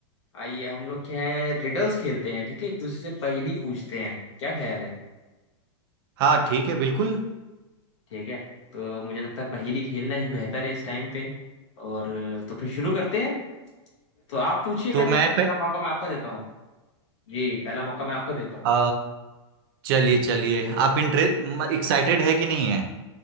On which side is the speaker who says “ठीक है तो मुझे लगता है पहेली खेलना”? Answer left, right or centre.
Left